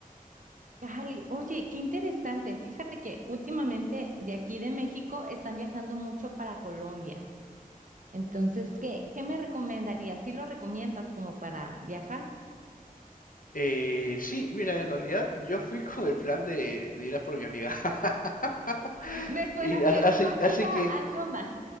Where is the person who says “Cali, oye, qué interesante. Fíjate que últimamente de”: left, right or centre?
Right